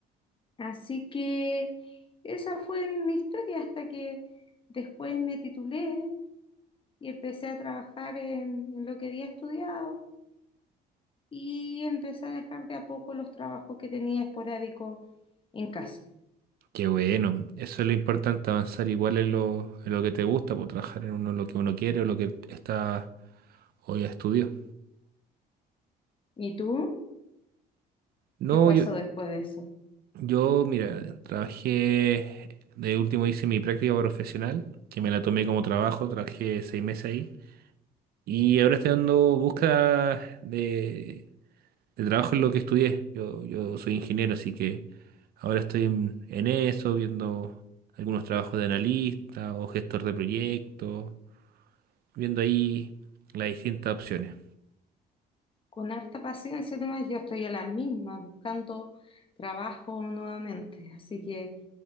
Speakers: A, on the left (about 30°); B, on the right (about 65°).
A: Así que esa fue mi historia hasta que después me titulé y empecé a trabajar en en lo que había estudiado. y empecé a dejar de a poco los trabajos que tenía esporádico en casa.
B: Qué bueno. Eso es lo importante, avanzar igual en lo, en lo que te gusta, por trabajar en uno lo que uno quiere o lo que está o ya estudió.
A: ¿Y tú?
B: No,
A: ¿Qué pasó
B: yo,
A: después de eso?
B: Yo, mira, trabajé, de último hice mi práctica profesional, que me la tomé como trabajo, trabajé seis meses ahí. Y ahora estoy dando busca de, de trabajo en lo que estudié. Yo, yo soy ingeniero, así que ahora estoy en, en eso, viendo algunos trabajos de analista o gestor de proyectos, viendo ahí las distintas opciones.
A: Con harta paciencia nomás, yo estoy a las mismas buscando trabajo nuevamente, así que